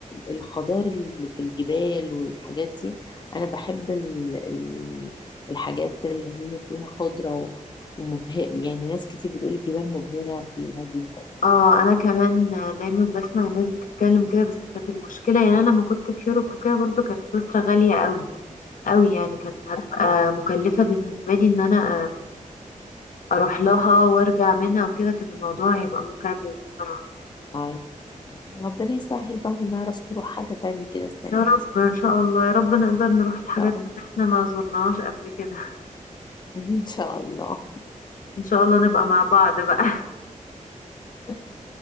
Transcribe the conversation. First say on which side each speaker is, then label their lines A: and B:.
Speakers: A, on the left; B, on the left.
A: الخضار اللي في الجبال والحاجات دي انا بحب ال- ال- الحاجات اللي هي فيها خضره ومبهر يعني ناس كتير بتقول الجبال مبهره فيها جدا
B: اه انا كمان دايما بسمع الناس بتتكلم كده بس كانت المشكله يعني انا لما كنت في يوروب وكده برضو كانت سويسرا غاليه قوي قوي يعني كانت هتبقى مكلفه بالنسبه لي ان انا اروح لها وارجع منها وكده كان الموضوع هيبقى مكلف بصراحة
A: مم. ربنا يسهل بقى ونعرف نروح حاجة تانية كده السنة
B: يا
A: دي
B: رب ان شاء الله يا رب نقدر نروح الحاجات
A: <laughs>
B: اللي احنا ما زرناهاش قبل كده
A: إن شاء الله
B: ان شاء الله نبقى مع بعض بقى
A: <laughs> إن شاء